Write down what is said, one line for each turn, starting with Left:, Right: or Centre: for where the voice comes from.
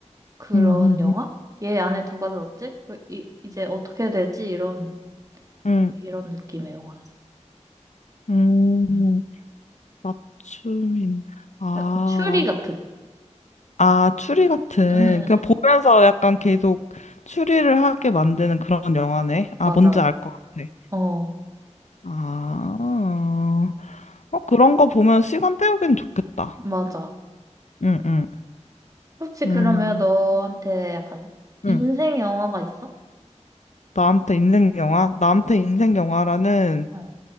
Right: 그런
Left: 음, 음,
Right: 영화? 얘 안에 누가 들었지? 그 이, 이제 어떻게 되지? 이런
Left: 음,
Right: 이런 느낌의 영화였어.
Left: 음,
Right: 음.
Left: 음. 맞춤인, 아,
Right: 약간 추리 같은.
Left: 아, 추리 같은,
Right: 음, 음, 음.
Left: 그냥 보면서 약간 계속 추리를 하게 만드는 그런 영화네. 아,
Right: 맞아,
Left: 뭔지
Right: 맞아.
Left: 알 것 같아.
Right: 어,
Left: 아, 어, 그런 거 보면 시간 때우기는 좋겠다.
Right: 맞아.
Left: 응, 응.
Right: 혹시 그러면
Left: 음,
Right: 너한테 약간
Left: 응.
Right: 인생 영화가 있어?
Left: 나한테 인생 영화? 나한테
Right: 어,
Left: 인생 영화라는
Right: 어,